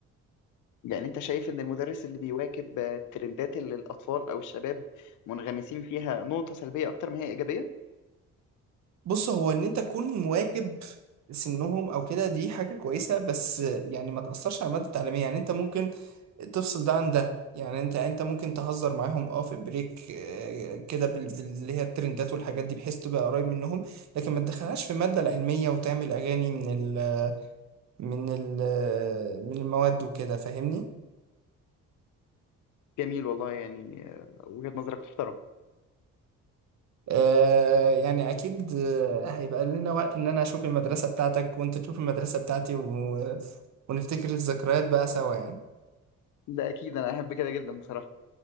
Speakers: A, on the left; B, on the right.
A: يعني انت شايف ان المدرس اللي بيواكب آه، الترندات اللي الاطفال او الشباب منغمسين فيها نقطة سلبية اكتر ما هي ايجابية
B: بص هو ان انت تكون مواكب سنهم او كده دي حاجة كويسة بس يعني ما تأثرش على المادة التعليمية يعني انت ممكن تفصل ده عن ده يعني انت انت ممكن تهزر معاهم اه في بريك آه، كده بال- بال- اللي هي الترندات والحاجات دي بحيث تبقى قريب منهم لكن ما تدخلهاش في المادة العلمية وتعمل اغاني من ال من ال من المواد وكده فاهمني
A: جميل والله يعني آه، وجهة نظرك تحترم
B: آه يعني اكيد آه، هيبقى لنا وقت ان انا اشوف المدرسة بتاعتك وانت تشوف المدرسة بتاعتي و... ونفتكر الذكريات بقى سوا يعني
A: ده اكيد انا احب كده جدا بصراحة